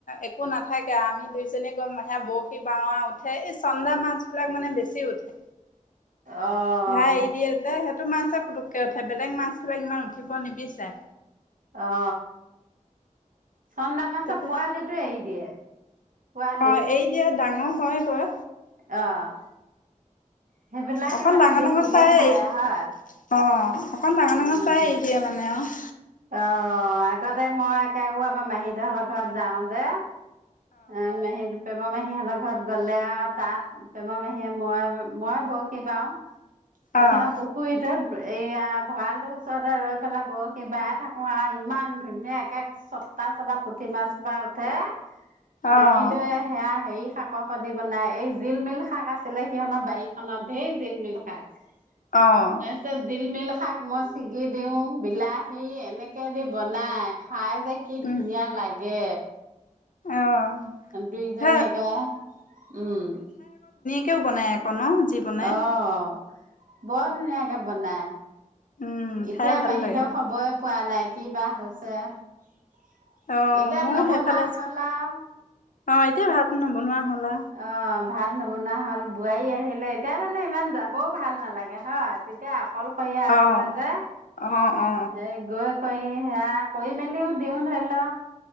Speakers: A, on the left (about 80°); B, on the right (about 85°).
A: একো নাথাকে আ, আমি দুইজনী গই সেয়া বৰশী বাও আৰু উঠে এই চন্দা মাছ বিলাক মানে বেছি উঠে।
B: অহ
A: হেয়া এৰি দিয়ে যে, সেইটো মাছে পুটোক কে উঠে। বেলেগ মাছবিলাক ইমান উঠিব নিবিচাৰে।
B: অ'। চন্দা মাছৰ
A: তাপা
B: পোৱালিটো এৰি দিয়ে। পোৱালি
A: অ', এই দিয়া, ডাঙৰ হয় কৰা
B: অ'। সেইবিলাকে
A: অকণ
B: মানে
A: ডাঙৰ-ডাঙৰ
B: বেছিকে
A: চাই,
B: খায় হয়।
A: অ', অকণ
B: উম
A: ডাঙৰ-ডাঙৰ চাই এৰি দিয়ে, মানে, আৰু
B: অ', আগতে মই একে, উ, আমাৰ মাহী-দেউহঁতৰ ঘৰত যাওঁ যে অ <unintelligible> সিহঁতৰ ঘৰত গ'লে, আৰু, তাত, প্ৰেমা মাহীয়ে, মই, মই, বৰশী বাওঁ সেই,
A: অ',
B: সিহঁতৰ পুখুৰীটোত এইয়া, ভঁৰালটোৰ ওচৰতে ৰৈ পেলাই বৰশী বাই থাকোঁ আৰু ইমান ধুনীয়া একে চটা-চটা পুঠি মাছ সোপা উঠে মাহী-দেউয়ে
A: অ',
B: সেইয়া হেৰি শাকৰ সৈতে বনায়। এই জিলমিল শাক আছিলে সিহঁতৰ বাৰীখনত, ধেৰ জিলমিল শাক।
A: অ',
B: তাৰপিছত জিলমিল শাক মই ছিগি দিওঁ, বিলাহী, এনেকে দি বনায়। খাই যে কি
A: উম,
B: ধুনীয়া লাগ গে
A: অ',
B: দুইজনীয়ে
A: হে
B: একেবাৰে, উম
A: কেও বনাই আক ন যি বনাই।
B: অ'। বৰ ধুনীয়াকে বনায়।
A: উম
B: এতিয়া
A: খাই ভাল
B: মাহী-দেউৰ
A: লাগে
B: খবৰে পোৱা নাই। কি বা হৈছে এতিয়া
A: অ ময়ো
B: নবনোৱা
A: সেইফালে
B: হ'ল আৰু।
A: অ', এতিয়া ভাত নবনোৱা হ'লা
B: অ', ভাত নবনোৱা হ'ল। বোৱাৰী আহিলে, এতিয়া মানে ইমান যাবওঁ ভাল নালাগে, হয়, তেতিয়া অকলশৰীয়া আছিলে
A: অ
B: যে,
A: অ অ
B: এ গৈ কৰি সেইয়া কৰি মেলিওঁ দিওঁ ধৰি ল